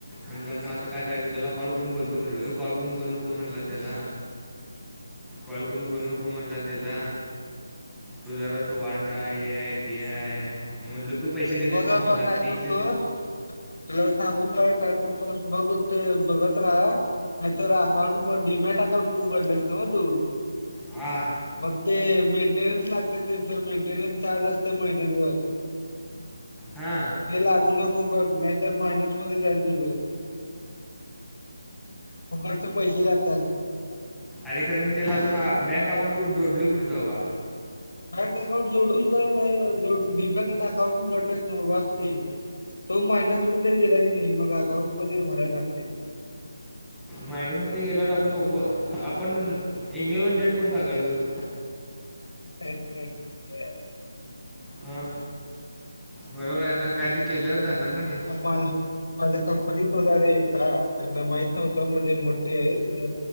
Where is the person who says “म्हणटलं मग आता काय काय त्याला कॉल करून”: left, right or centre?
Centre